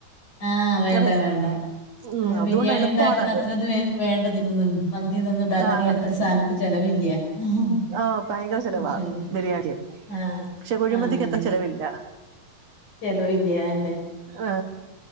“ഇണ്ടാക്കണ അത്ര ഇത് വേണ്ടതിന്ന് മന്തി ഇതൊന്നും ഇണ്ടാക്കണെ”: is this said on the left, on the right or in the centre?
Left